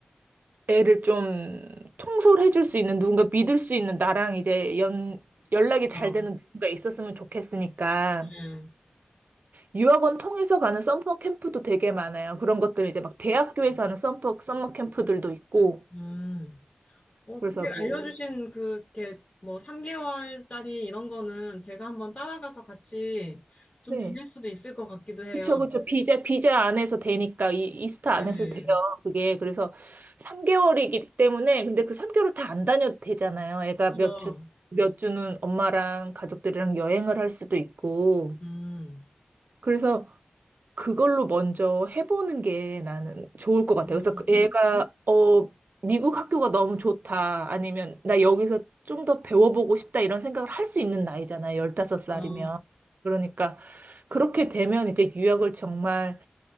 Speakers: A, on the right; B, on the left.
A: 애를 좀 통솔해 줄 수 있는 누군가 믿을 수 있는 나랑 이제 연 연락이 잘
B: 어,
A: 되는 누군가 있었으면 좋겠으니까
B: 네.
A: 유학원 통해서 가는 썸머 캠프도 되게 많아요. 그런 것들 이제 막 대학교에서 하는 썸머, 썸머 캠프들도 있고.
B: 음. 어,
A: 그래서
B: 근데
A: 뭐,
B: 알려주신 그, 이렇게, 뭐, 3개월짜리 이런 거는 제가 한번 따라가서 같이 좀
A: 네.
B: 지낼 수도 있을 것 같기도 해요.
A: 그쵸, 그쵸. 비자, 비자 안에서 되니까, 이, 이스타
B: 네.
A: 안에서 돼요. 그게. 그래서 3개월이기 때문에, 근데 그 3개월을 다 안 다녀도 되잖아요. 애가
B: 그래서,
A: 몇 주, 몇 주는 엄마랑 가족들이랑 여행을 할 수도 있고.
B: 음,
A: 그래서 그걸로 먼저 해보는 게 나는 좋을 것 같아요.
B: 어,
A: 그래서 그 얘가, 어, 미국 학교가 너무 좋다. 아니면 나 여기서 좀 더 배워보고 싶다. 이런 생각을 할 수 있는 나이잖아요. 열다섯 살이면
B: 어, 어,
A: 그러니까 그렇게 되면 이제 유학을 정말